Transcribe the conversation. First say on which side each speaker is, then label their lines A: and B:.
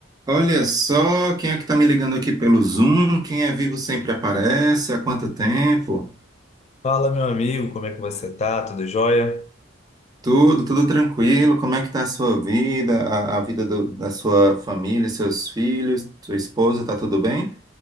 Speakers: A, on the right (about 20°); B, on the left (about 35°).
A: Olha só quem é que está me ligando aqui pelo Zoom. Quem é vivo sempre aparece. Há quanto tempo?
B: Fala, meu amigo, como é que você tá? Tudo jóia?
A: Tudo, tudo tranquilo. Como é que está a sua vida, a, a vida do- da sua família, seus filhos, sua esposa? Tá tudo bem?